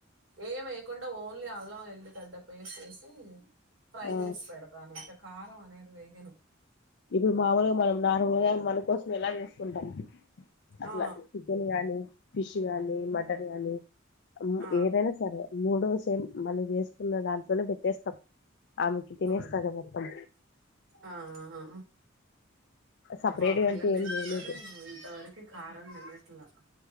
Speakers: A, on the right (about 80°); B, on the left (about 60°).
A: ఏమే యకుండా ఓన్లీ అల్లం ఎల్లుగడ్డ పేస్ట్ వేసి ఫ్రై
B: ఆ
A: చేసి పెడతాను. చే కారం అనేది వేయ్యాను
B: ఇప్పుడు మాముూలుగా మనం నార్మూలగా మన కోసం ఎలా చేసుకుంటాం. అట్లా
A: ఆ
B: చికెన్ గా, ఫిష్ గాని, మట్ టాన్ గాని,
A: ఆ
B: ఏదైనా సరే మూడ్రోజ్ మళ్ళీ చేసుకున్న దాంట్తోనే పెట్టేస్తాం. ఆ మేకి తినేస్తాద
A: ఓకే.
B: మొత్తం
A: ఆ ఆ!
B: సపరేట్
A: మా పిల్లలు
B: గా అంటే ఏంచేయలేదు.
A: ఇద్దరు ఇంతవరకు కారం తినట్లా